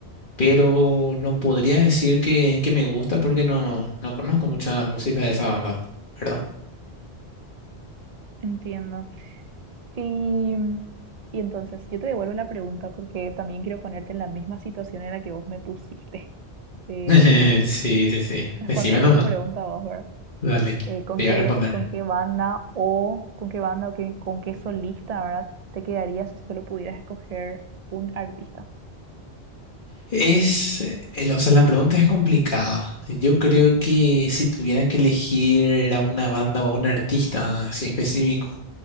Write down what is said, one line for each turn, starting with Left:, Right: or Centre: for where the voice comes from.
Left: pero no podría decir que, que me gusta porque no, no conozco muchas músicas de esa banda, ¿verdad?
Right: Entiendo. Y, y entonces yo te devuelvo la pregunta porque también quiero ponerte en la misma situación en la que vos me pusiste. <laughs> Eh,
Left: <laughs> Sí, sí, sí.
Right: respondeme
Left: Decime nomás.
Right: tu pregunta vos, ¿verdad?
Left: Dale,
Right: Eh, ¿con
Left: te voy
Right: qué,
Left: a responder.
Right: con qué banda o con qué banda o qué, con qué solista, ¿verdad? te quedarías si solo pudieras escoger un artista?
Left: Es, el- o sea, la pregunta es complicada. Yo creo que si tuviera que elegir a una banda o a un artista así específico,